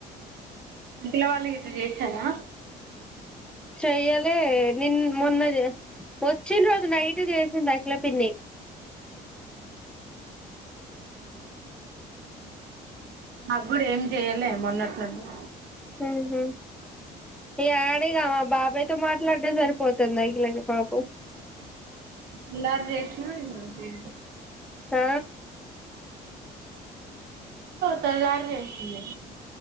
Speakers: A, on the right; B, in the centre.
A: అఖిల వాళ్లు గిట్ల చేశారా.
B: చెయ్యలే నిన్న మొన్న వచ్చిన రోజు నైట్ చేసింది. అఖిల పిన్ని
A: నాకు కూడా ఏమి చేయలే మొన్నటి నుండి,
B: ఉహు యడ ఇగ ఆమె బాబాయ్ తో మాట్లాడడం సరిపోతది అఖిలకి పాపం.
A: తెల్లారి చేసిన ఇగ
B: ఆ
A: తెల్లారి చేసి ఉండే